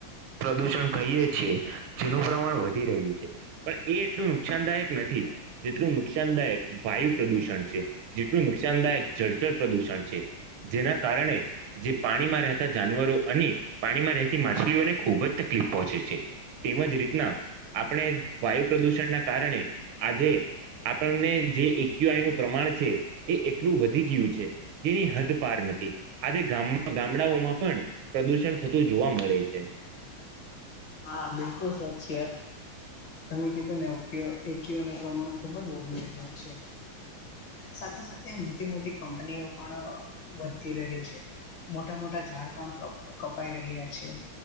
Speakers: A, on the right; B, on the left.
A: પ્રદુષણ કહીએ છીએ જેનુ પ્રમાણ વધી રહ્યુ છે. પણ એ એટલું નુકસાનદાયક નથી, જેટલું નુકસાનદાયક વાયુ પ્રદુષણ છે. જેટલું નુકસાનદાયક જળચર પ્રદુષણ છે, જેના કારણે જે પાણીમાં રહેતા જાનવરો અને પાણીમાં રહેતી માછલીઓને ખુબ જ તકલીફ પહોંચે છે. તેમજ રીતના આપણે વાયુ પ્રદુષણના કારણે, આજે આપણને જે એક્યુઆઈ નું પ્રમાણ છે, એ એટલું વધી ગીયું છે. જેવી હદ પાર નથી. આજે ગામ્મ ગામડાઓમાં પણ પ્રદુષણ થતું જોવા મળે છે.
B: હા, બિલકુલ સાચી વાટ. તમે કીધું ને, ઓક્યુ એક્યુ નો પ્રમાણ ખુબ જ વધી રહ્યો છે. સાથે સાથે મોટી મોટી કંપનીઓ પણ અ વધતી રહે છે. મોટા મોટા ઝાડ પણ કપ કપાઈ રહ્યા છે,